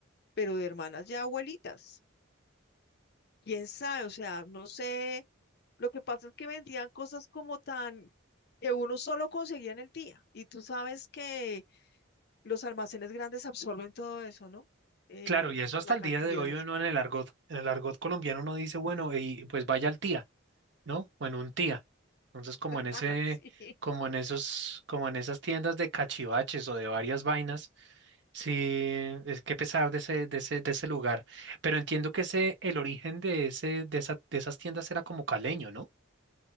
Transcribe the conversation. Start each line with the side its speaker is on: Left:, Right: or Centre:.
Left: pero de hermanas ya abuelitas. Quién sabe, o sea, no sé Lo que pasa es que vendían cosas como tan que uno solo conseguía en el día. Y tú sabes que los almacenes grandes absorben todo eso, ¿no? Eh,
Right: Claro, y eso
Left: por
Right: hasta
Left: la
Right: el
Left: cantidad.
Right: día de hoy uno en el argot, en el argot colombiano uno dice, bueno, y pues vaya al tía. ¿no? O en un tía. Entonces, como
Left: <laughs>
Right: en ese,
Left: Sí.
Right: como en esos, como en esas tiendas de cachivaches o de varias vainas, sí, es que pesar de ese, de ese, de ese lugar. Pero entiendo que ese, el origen de ese, de esa, de esas tiendas era como caleño, ¿no?